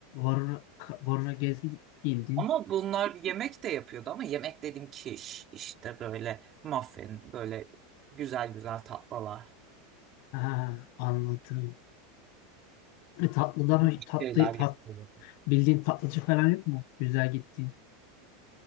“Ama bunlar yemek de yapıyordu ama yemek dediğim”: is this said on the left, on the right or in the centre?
Right